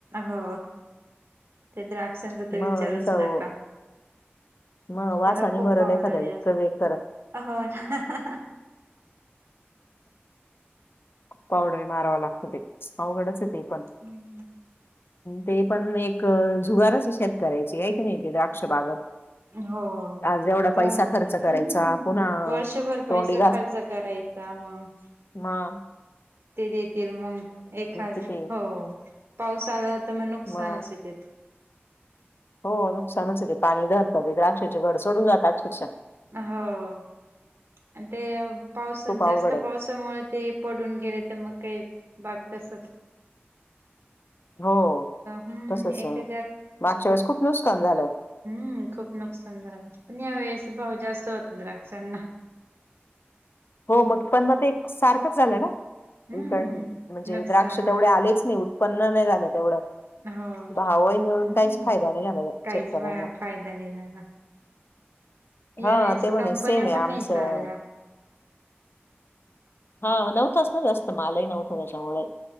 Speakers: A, on the right (about 70°); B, on the left (about 60°).
A: हो ते द्राक्षांचा तरं
B: मग
A: विचारु
B: नुसतं
A: चं नकां
B: मग
A: त्यांला
B: वासाने
A: खूंप
B: मरल
A: पावडरीअसतां
B: एखादा इतकं वेट करत
A: हो नां
B: पावडरी मारावां लागतं ते अवघडचं आहे ते? पण
A: हम्मं.
B: ते पणं एक जुगांरचं शेतकऱ्यांची कां की नाहीं ते द्राक्ष बाग.
A: हो
B: आज एवढा
A: तरं
B: पैसा खर्च करायचा
A: हम्मं
B: पुन्हा
A: वर्षभर पैसा
B: तोंडी
A: खर्च करायचं. त्यां मंग.
B: हां
A: ते देतील मंग एखादां
B: किती
A: हो पाऊस आंला तरं मंग नुकसानचं.
B: मग हो नुकसानचं ते पाणी धरांत ते द्राक्षेचे घरं सोडूंन जातांत अक्षरक्षा.
A: हो आणि ते पावसाच्या
B: खूप अवघड
A: जास्तं
B: आहे.
A: पावसांमुळे ते पडूंन गेले तरं मंग कांहीं बांग तसंच.
B: हो
A: हम्म
B: तसंच
A: एक
B: मागंच्या
A: तर
B: वेळेस खूंप नुसकसांन झालं.
A: हम्मं खूंप नुकसांन झालं पणं यां वेळेस भांव जास्तं होतं द्राक्षांना.
B: हो मग पण मग ते एक सारखंच झालं ना,
A: हम्म
B: <unintelligible> म्हणजे
A: नुकसान
B: द्राक्ष तेवढे आलेच नाही. उत्त्पन्न नाही झाल तेवढ.
A: हा हो
B: भावही
A: हम्म
B: मिळून काहीच फायदा नाही झाला
A: काहीच
B: शेतकऱ्यांना.
A: फायदा नाही झाला यावेेळेस
B: हा ते पण
A: कंपन्या
B: आहे सेम आहे
A: पण
B: आमचं
A: नाही चालल्या.
B: हा नव्हतच ना जास्त मालही नव्हत त्याच्यामुळे.